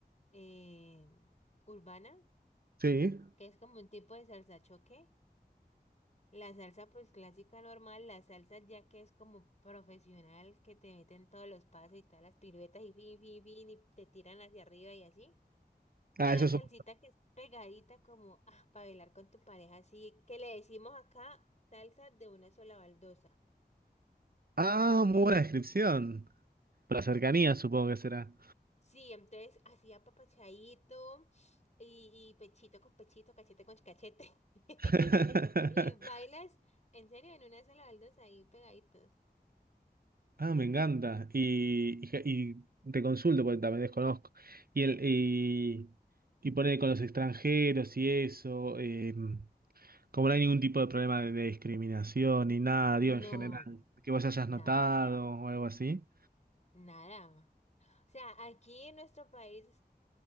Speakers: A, on the left (about 45°); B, on the right (about 60°).
A: eh, urbana,
B: Sí.
A: que es como un tipo de salsa choque. La salsa pues clásica normal, la salsa ya que es como profesional, que te meten todos los pasos y todas las piruetas y fin, fin, fin, y te tiran hacia arriba y así.
B: Ah,
A: Y la
B: eso es
A: salsita
B: un-
A: que es pegadita como ah, para bailar con tu pareja, así que le decimos acá salsa de una sola baldosa.
B: Ah, muy buena descripción. Por la cercanía, supongo que será.
A: Sí, entonces así apapachadito y, y pechito con pechito, cachete con cachete. <laughs>
B: <laughs>
A: Y bailas en serio en una sola baldosa ahí pegaditos.
B: Ah, me encanta. Y, y, y te consulto porque también desconozco. Y, el, y, y pone con los extranjeros y eso, eh, como no hay ningún tipo de problema de, de discriminación ni nada,
A: No,
B: digo, en general, que vos hayas
A: nada.
B: notado o algo así.
A: Nada. O sea, aquí en nuestro país